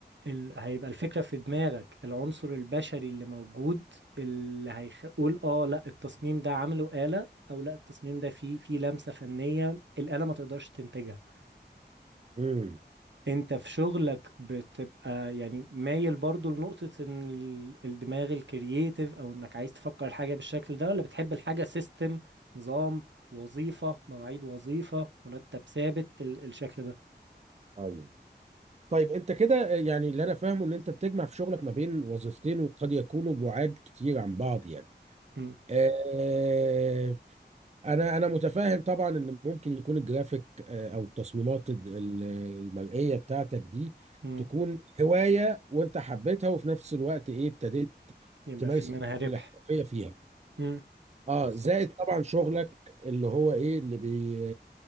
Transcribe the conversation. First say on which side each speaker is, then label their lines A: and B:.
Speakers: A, on the right; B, on the right.
A: ال هيبقى الفكرة في دماغك العنصر البشري اللي موجود اللي هيقول اه لا التصميم ده عمله آلة او لا التصميم ده فيه فيه لمسة فنية الآلة ما تقدرش تنتجها
B: مم.
A: انت في شغلك بتبقى يعني مايل برضو لنقطة ان ال- الدماغ الكرييتيف او انك عايز تفكر الحاجة بالشكل ده ولا بتحب الحاجة سيستم نظام وظيفة مواعيد وظيفة مرتب ثابت ال الشكل ده
B: ايوه طيب انت كده يعني اللي انا فاهمه ان انت بتجمع في شغلك ما بين وظيفتين وقد يكونوا بعاد كتير عن بعض يعني
A: امم
B: آه انا انا متفاهم طبعا ان ممكن يكون الجرافيك آه او التصميمات ال- ال- المرئيه بتاعتك دي
A: امم
B: تكون هوايه وانت حبيتها وفي نفس الوقت ايه ابتديت
A: يبقى
B: تمارس
A: في منها ربح
B: الاحترافيه فيها
A: امم
B: اه
A: بالظبط
B: زائد طبعا شغلك اللي هو ايه اللي بي